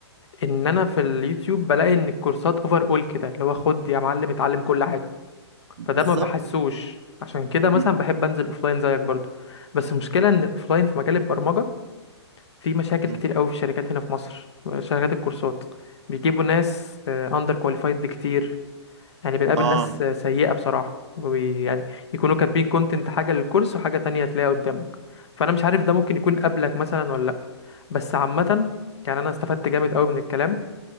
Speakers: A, on the left (about 70°); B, on the right (about 80°).
A: ان انا في اليوتيوب بلاقي ان الكورسات اوفر اول كده اللي هو خد يا معلم اتعلم كل حاجه
B: بالظبط
A: فده ما بحسوش عشان كده
B: مم.
A: مثلا بحب انزل اوفلاين زيك برضو بس المشكله ان الاوفلاين في مجال البرمجه في مشاكل
B: مم.
A: كتير قوي في الشركات هنا في مصر شركات الكورسات بيجيبوا ناس اندر كواليفايد بكتير يعني بنقابل
B: اه
A: ناس آه، سيئه بصراحه وبي- يعني يكونوا كاتبين كونتنت حاجه للكورس وحاجه تانية تلاقيها قدامك فانا مش عارف ده ممكن يكون قبلك مثلا ولا لا بس عامه يعني انا استفدت جامد قوي من الكلام